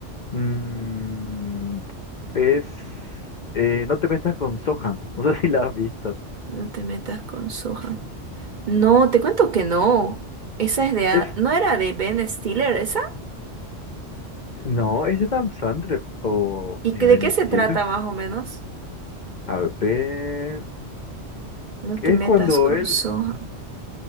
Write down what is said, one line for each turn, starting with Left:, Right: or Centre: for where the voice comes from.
Left: mm, es eh, No te metas con Sohan. <laughs> No sé si la has visto.
Right: No te metas con Sohan. No, te cuento que no, esa es de, a-
Left: Es
Right: ¿no era de Ben Stiller esa?
Left: No, es de Adam Sandler o
Right: ¿Y
Left: de
Right: que- de
Left: Ben
Right: qué se
Left: Stiller.
Right: trata más o menos?
Left: A ver.
Right: No
Left: Es
Right: te metas
Left: cuando
Right: con
Left: él.
Right: Sohan.